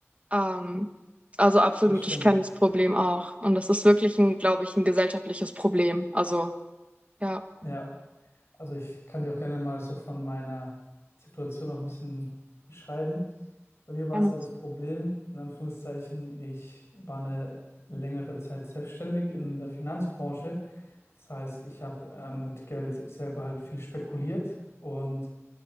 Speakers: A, on the right; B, on the left.
A: Ähm, also absolut,
B: das stimmt.
A: ich kenne das Problem auch. Und das ist wirklich ein, glaube ich, ein gesellschaftliches Problem. Also, ja,
B: Ja. Also ich kann dir auch gerne mal so von meiner Situation auch ein bisschen beschreiben. Bei mir war
A: gerne.
B: es halt das Problem, in Anführungszeichen, ich war eine längere Zeit selbstständig in der Finanzbranche. Das heißt, ich habe ähm, mit Geld selber halt viel spekuliert. Und